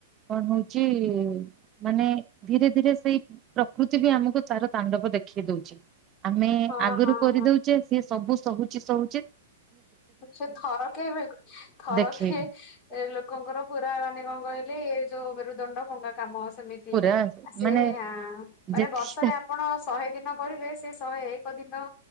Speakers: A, on the right (about 25°); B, on the left (about 35°).
A: କଣ ହଉଛି ମାନେ ଧୀରେ ଧୀରେ ସେଇ ପ୍ରକୃତି ବି ଆମକୁ ତାର ତାଣ୍ଡବ ଦେଖେଇ ଦଉଛି। ଆମେ
B: ହଁ
A: ଆଗରୁ
B: ହଁ
A: କରିଦଉଚେ
B: ହଁ।
A: ସିଏ ସବୁ ସହୁଚି ସହୁଚି
B: ସେ ଥରକେ ବି ଥରକେ
A: ଦେଖେଇବି
B: ଲୋ ଲୋକଙ୍କର ପୁରା ମାନେ କଣ କହିଲେ ଏଇ ଯୋଉ ମେରୁଦଣ୍ଡ ଭଙ୍ଗା କାମ ଅ ସେମିତି
A: ପୁରା
B: ସେ
A: ମାନେ
B: ଆ ମାନେ
A: ଯେତିକି
B: ବର୍ଷରେ ଆପଣ ଶହେ ଦିନ କରିବେ ସେ ଶହେ ଏକ ଦିନ